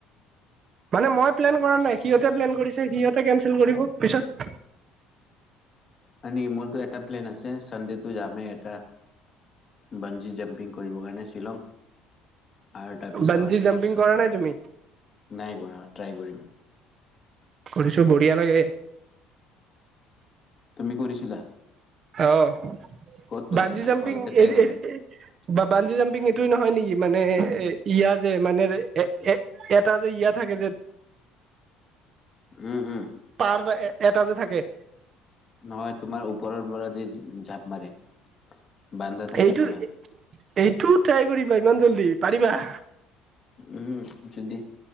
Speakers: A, on the right; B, on the left.
A: মানে মই প্লেন কৰা নাই। সিহঁতে প্লেন কৰিছে সিহঁতে কেনচেল কৰিব পিছত
B: হয় নেকি? মোৰতো এটা প্লেন আছে চানডেতটো যামেই এটা বঞ্জী জাম্পিং কৰিব কাৰণে শ্বিলং আৰু তাৰপিছত
A: বানজি জাম্পিং
B: নেক্সট চা,
A: কৰা নাই তুমি
B: নাই কৰা ট্ৰাই কৰিম।
A: কৰিছো বঢ়িয়া লাগে।
B: তুমি কৰিছিলা?
A: অ'
B: ক'ত কৰিছিলা
A: বাঞ্জী জাম্পিং
B: ঘৰতে ট্ৰাই
A: এৰি
B: কৰিলা
A: এৰি এ বা বাঞ্জী জাম্পিং এইটোয়ে নহয় নেকি মানে এ ইয়া যে মানে এ এটা যে ইয়া থাকে যে
B: উম উম।
A: তাৰ এ এটা যে থাকে।
B: নহয় তোমাৰ ওপৰৰ পৰা যে জাপ মাৰে। বান্ধা থাকে
A: এইটো
B: পুৰা
A: এ এইটো ট্ৰাই কৰিবা ইমান জল্দি পাৰিবা।
B: উম যদি